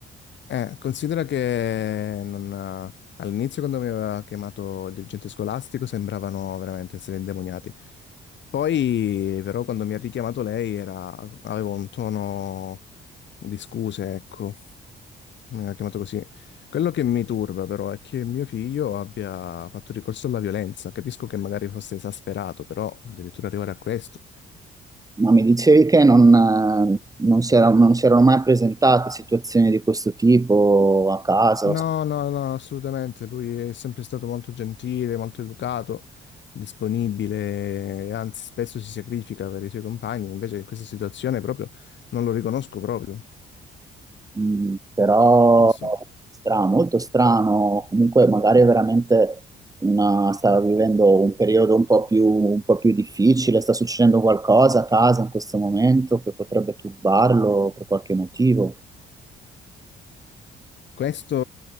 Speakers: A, on the left; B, on the right.
A: Eh, considera che non, eh, all'inizio quando mi aveva chiamato il dirigente scolastico sembravano veramente essere indemoniati. Poi però quando mi ha richiamato lei era, avevo un tono di scuse, ecco, mi aveva chiamato così. Quello che mi turba però è che mio figlio abbia fatto ricorso alla violenza. Capisco che magari fosse esasperato, però addirittura arrivare a questo.
B: Ma mi dicevi che non, eh, non si era- non si erano mai presentate situazioni di questo tipo a casa?
A: No,
B: o
A: no, no, assolutamente. Lui è sempre stato molto gentile, molto educato, disponibile, anzi spesso si sacrifica per i suoi compagni, invece in questa situazione proprio non lo riconosco proprio.
B: Mm, però
A: Non so.
B: strano, molto strano, comunque magari è veramente una, sta vivendo un periodo un po' più, un po' più difficile, sta succedendo qualcosa a casa in questo momento che potrebbe turbarlo per qualche motivo.
A: Questo